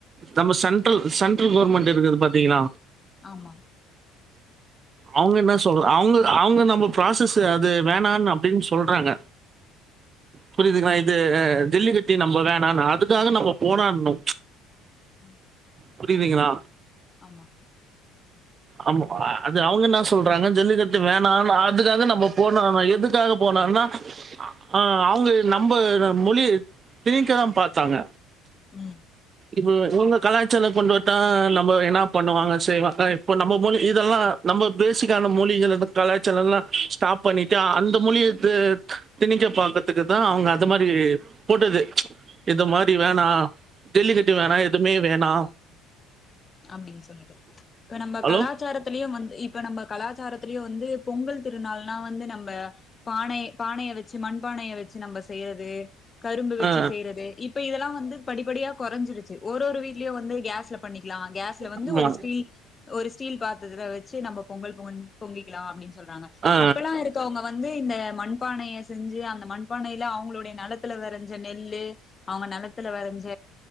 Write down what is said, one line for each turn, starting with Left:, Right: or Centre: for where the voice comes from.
Right: நம்ம சென்ட்ரல் சென்ட்ரல் கவர்மெண்ட் இருக்குது பாத்தீங்கள
Left: ஆமா
Right: அவுங்க என்ன சொல்ற அவுங்க அவுங்க நம்ம ப்ராசஸ்சு அது வேணான்னு அப்டின்னு சொல்றாங்க புரிதுங்களா து தில்லிகட்டி நம்ம ணா ன அதுக்காக நம்ம போரானோ
Left: உம்
Right: புரிதுங்களா
Left: ஆமா
Right: ஆமா அது அவுங்க என்ன சொல்றாங்க ஜல்லிக்கட்டு வேணான்னு அதுக்காக நம்ம போனனு எதுக்காக போனான்னா ஆஹ் அவுங்க நம்ம மொழி திணிக்க பாத்தாங்க
Left: உம்
Right: இப்ப இவுங்க கலாச்சல கொண்டு வட்டா நம்ம என்ன பண்ணுவாங்க செய் வாங்க இப்போ நம்ம மொழி இதெல்லா நம்ம பேசிக்கான மொழிகள கலாச்சல எல்லா ஸ்டாப் பண்ணிட்டு அந்த மொழிய தி திணிக்க பாக்றதுக்குதா அவுங்க அந்த மாதிரி போட்டது இது மாதிரி வேணா டெல்லிக்கட்டு வேணா எதுமே வேணா
Left: அப்டின்னு சொல்லுது இப்ப நம்ம
Right: ஹலோ?
Left: கலாச்சாரத்திலியு வந்து இப்ப நம்ம கலாச்சாரத்திலே வந்து பொங்கல் திருநாள்னா வந்து நம்ம பானய் பானய வச்சு மண்பானய வச்சு நம்ம செய்றது கரும்பு வச்சு
Right: ஆ.
Left: செய்றது இப்ப இதெல்லா வந்து படிபடியா கொறஞ்சிருச்சு ஒரு ஒரு வீ ட்லே வந்து கேஸ்ல பண்ணி நா கேஸ்ல வந்து
Right: ஆமா.
Left: ஒரு ஸ்டீல் ஒரு ஸ்டீல் பாத்ததுல வச்சு நம்ம பொங்கல் பொங் பொங்கிலா அப்டின் சொல்றாங்க
Right: ஆ.
Left: அப்பல்லா இருக்கவங்க வந்து இந்த மண்பானைய செஞ்சு அந்த மண்பானையில அவுங்ளோடிய நெலத்துல வெளஞ்ச நெல்லு அவுங்க நெலத்துல வெளஞ்ச